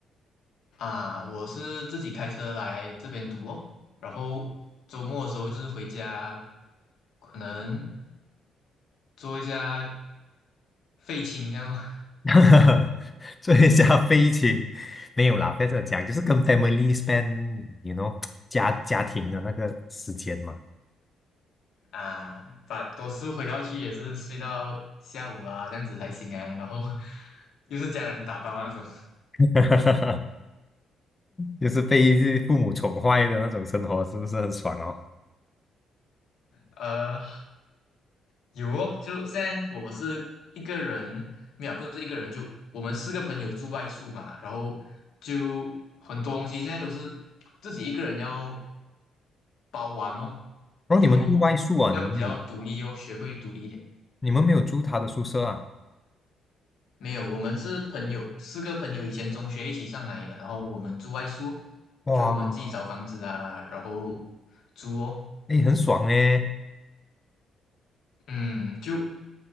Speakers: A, on the left; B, on the left.
A: 啊，我是自己开车来这边读哦，然后周末的时候就是回家，可能做一下废寝这样哦
B: <laughs> 哈哈哈，做一下飞行。没有啦，不要这样讲，就是跟 family spend，you know，家家庭的那个时间嘛。
A: <laughs> 啊，把读书回到去也是睡到下午啊，这样子才醒来，然后 <laughs> 又是家人打包啊那种，
B: <laughs> 就是被父母宠坏的那种生活，是不是很爽哦？
A: 呃，有哦，就现在我是一个人，没有，不是一个人，就我们四个朋友住外宿嘛，然后就很多东西现在都是自己一个人要包完哦，
B: 然后你们嗯住外宿啊？
A: 就要比较独立哦，
B: 你们没有，
A: 学会独立一点。
B: 你们没有住他的宿舍啊？
A: 没有，我们是朋友，四个朋友以前中学一起上来的，然后我们住外宿，
B: 哇，
A: 就我们自己找房子啊，然后租哦，
B: 哎，很爽哎！
A: 嗯，就